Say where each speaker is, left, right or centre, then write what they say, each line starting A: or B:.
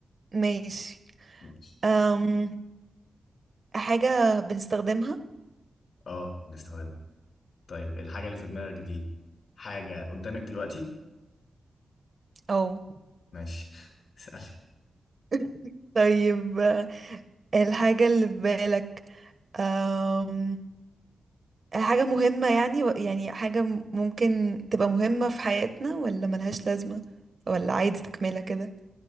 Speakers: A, on the right; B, on the left.
A: ماشي
B: ماشي
A: أم... حاجة بنستخدمها
B: اه بنستخدمها طيب الحاجة اللي في دماغك دي حاجة قدامك دلوقتي
A: أو
B: ماشي <laughs> اسألي
A: <laughs> طيب الحاجة اللي في بالك أم... حاجة مهمة يعني و- يعني حاجة م- ممكن تبقى مهمة في حياتنا ولا ملهاش لازمة ولا عادي تكملة كده